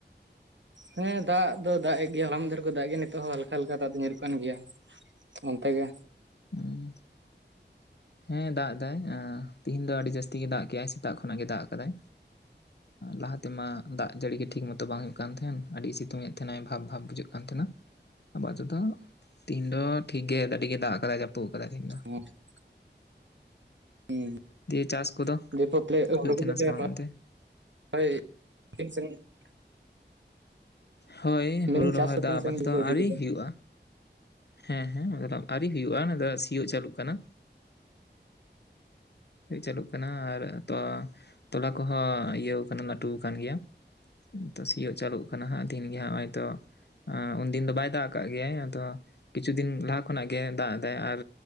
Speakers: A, on the right (about 80°); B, on the left (about 65°).
A: ᱦᱮᱸ ᱫᱟᱜ ᱫᱚ ᱫᱟᱜ ᱮ ᱜᱮᱭᱟᱭ ᱦᱚᱞᱟ ᱢᱟᱫᱷᱮᱨ ᱠᱚ ᱫᱟᱜ ᱜᱮ ᱱᱤᱛᱚᱜ ᱦᱚᱸ ᱦᱟᱞᱠᱟ ᱦᱟᱞᱠᱟ ᱫᱟᱜ ᱫᱚ ᱧᱩᱨᱩᱜ ᱠᱟᱱ ᱜᱮᱭᱟ᱾ ᱚᱱᱛᱮ ᱜᱮ
B: <unintelligible> ᱦᱮᱸ ᱫᱟᱜ ᱫᱟᱭ ᱛᱤᱦᱤᱧ ᱫᱚ ᱟᱹᱰᱤ ᱡᱟᱹᱥᱛᱤ ᱜᱮ ᱫᱟᱜ ᱠᱮᱜ ᱟᱭ ᱥᱮᱛᱟᱜ ᱠᱷᱚᱱᱟᱜ ᱜᱮ ᱫᱟᱜ ᱠᱟᱫᱟᱭ᱾ ᱞᱟᱦᱟ ᱛᱮᱢᱟ ᱫᱟᱜ ᱡᱟᱹᱲᱤ ᱜᱮ ᱴᱷᱤᱠ ᱢᱚᱛᱚ ᱵᱟᱝ ᱦᱩᱭᱩᱜ ᱠᱟᱱ ᱛᱟᱦᱮᱫ ᱟᱹᱰᱤ ᱥᱤᱛᱩᱝ ᱮᱫ ᱛᱟᱦᱮᱜ ᱱᱟᱭ ᱵᱷᱟᱵᱽ ᱵᱷᱟᱵᱽ ᱵᱩᱡᱷᱟᱹᱜ ᱛᱟᱦᱮᱱᱟ ᱟᱵᱟᱨ ᱛᱮᱫᱚ ᱛᱮᱦᱮᱧ ᱫᱚ ᱴᱷᱤᱠ ᱜᱮ ᱟᱹᱰᱤ ᱜᱮ ᱫᱟᱜ ᱠᱟᱫᱟᱭ ᱡᱟᱹᱯᱩᱫ ᱠᱟᱫᱟᱭ ᱛᱮᱦᱤᱧ ᱫᱚ᱾
A: <unintelligible> <unintelligible>
B: ᱫᱤᱭᱮ ᱪᱟᱥ ᱠᱚᱫᱚ ᱦᱩᱭᱩᱜ ᱛᱟᱦᱮᱱᱟ ᱥᱮ ᱵᱟᱝ ᱚᱱᱛᱮ
A: <unintelligible>
B: ᱦᱳᱭ
A: ᱢᱮᱱᱤᱧ
B: ᱦᱩᱲᱩ ᱨᱚᱦᱚᱭ
A: ᱪᱟᱥ ᱠᱚ
B: ᱫᱚ
A: ᱛᱤᱱ
B: ᱟᱯᱟᱛᱚᱛᱚ
A: ᱥᱟᱺᱜᱤᱧ ᱯᱮ ᱤᱫᱤ
B: ᱟᱹᱣᱨᱤ
A: ᱠᱮᱫᱟ?
B: ᱦᱩᱭᱩᱜᱼᱟ᱾ ᱦᱮᱸ ᱦᱮᱸ ᱟᱹᱣᱨᱤ ᱦᱩᱭᱩᱜᱼᱟ ᱚᱱᱟ ᱫᱚ ᱥᱤᱭᱳᱜ ᱪᱟᱹᱞᱩᱜ ᱠᱟᱱᱟ᱾ ᱪᱟᱹᱞᱩᱜ ᱠᱟᱱᱟ ᱟᱨ ᱛᱚ ᱛᱚᱞᱟ ᱠᱚᱦᱚᱸ ᱤᱭᱟᱹᱣ ᱠᱟᱱᱟ ᱞᱟᱹᱴᱩ ᱠᱟᱱ ᱜᱮᱭᱟ ᱛᱚ ᱥᱤᱭᱳᱜ ᱪᱟᱹᱞᱩᱜ ᱠᱟᱱᱟ ᱦᱟᱸᱜ ᱫᱤᱱ ᱜᱮ ᱱᱚᱸᱜᱼᱚᱭ ᱛᱚ ᱩᱱᱫᱤᱱ ᱫᱚ ᱵᱟᱭ ᱫᱟᱜ ᱟᱠᱟᱫ ᱜᱮᱭᱟᱭ ᱟᱫᱚ ᱠᱤᱪᱷᱩ ᱫᱤᱱ ᱞᱟᱦᱟ ᱠᱷᱚᱱᱟᱜ ᱜᱮ ᱫᱟᱜ ᱮᱫᱟ ᱟᱨ